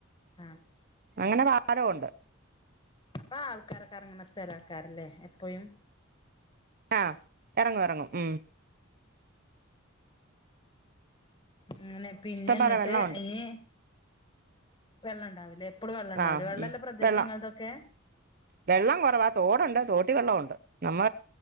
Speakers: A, on the left; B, on the right.
A: ആഹ്
B: അങ്ങനെ ഭാരമുണ്ട്
A: അങ്ങനെ അപ്പൊ ആൾക്കാരൊക്കെ ഇറങ്ങുന്ന സ്ഥലക്കാാരല്ലേ എപ്പയും
B: ആ ഇറങ്ങും ഇറങ്ങും ഉം
A: അങ്ങനെ പിന്നെ
B: ഇഷ്ടം
A: എന്നിട്ട്
B: പോലെ വെള്ളമുണ്ട്
A: ഇനി വെള്ളം ഉണ്ടാവൂലേ എപ്പോളും വെള്ളം ഉണ്ടാവ
B: ആഹ്
A: വെള്ളംല്ല
B: ഉം
A: പ്രദേശങ്ങളൾക്കെക്കെ
B: വെള്ളം വെള്ളം കുറവാ തോടുണ്ട് തോട്ടീ വെള്ളമുണ്ട് നമ്മ